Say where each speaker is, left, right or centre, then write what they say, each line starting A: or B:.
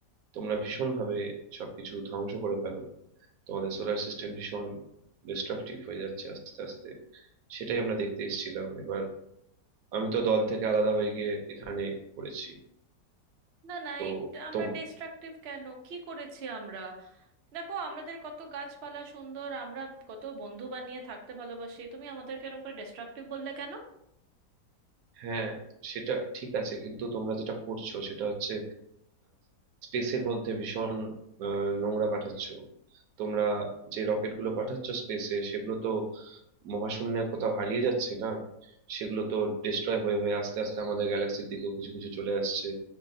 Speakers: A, on the right; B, on the right.
A: তোমরা ভীষণ ভাবে সবকিছু ধ্বংস করে ফেলো তোমাদের সোলার সিস্টেম ভীষণ ডিস্ট্রাকটিভ হয়ে যাচ্ছে আস্তে আস্তে সেটাই আমরা দেখতে এসেছিলাম এবার আমি তো দল থেকে আলাদা হয়ে গিয়ে এখানে পড়েছি
B: না না
A: তো
B: এই আমরা ডিস্ট্রাকটিভ কেন কি করেছি আমরা দেখো আমাদের কত গাছপালা সুন্দর আমরা কত বন্ধু বানিয়ে থাকতে ভালোবাসি তুমি আমাদেরকে এরকম করে ডিস্ট্রাকটিভ বললে কেন
A: হ্যাঁ সেটা ঠিক আছে কিন্তু তোমরা যেটা করছো সেটা হচ্ছে স্পেসের মধ্যে ভীষণ আহ, নোংরা পাঠাচ্ছ তোমরা যে রকেট গুলো পাঠাচ্ছ স্পেসে সেগুলো তো মহাশূন্যে কোথাও হারিয়ে যাচ্ছে না সেগুলো তো ডিস্ট্রয় হয়ে হয়ে আস্তে আস্তে আমাদের গ্যালাক্সির দিকেও কিছু কিছু চলে আসছে